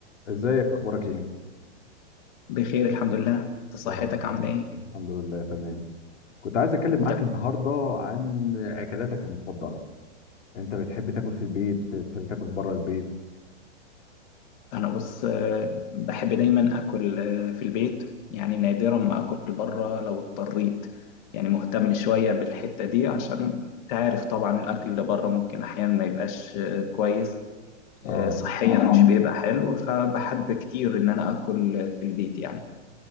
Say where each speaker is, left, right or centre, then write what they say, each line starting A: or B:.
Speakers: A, on the left (about 85°); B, on the left (about 40°).
A: ازيك اخبارك ايه
B: بخير الحمد لله انت صحتك
A: يا رب
B: عامله ايه
A: الحمد لله تمام كنت عايز اتكلم
B: وبتاكل
A: معاك النهارده عن اكلاتك المفضله انت بتحب تاكل في البيت بتحب تاكل بره البيت
B: انا بص آه، بحب دايما اكل آه، في البيت يعني نادرا ما اكل بره لو اضطريت يعني مهتم شويه بالحته دي عشان انت عارف طبعا الاكل اللي بره ممكن احيانا ما يبقاش آه، كويس
A: اه
B: آه، صحيا مش بيبقى حلو فبحب كتير ان انا اكل في البيت يعني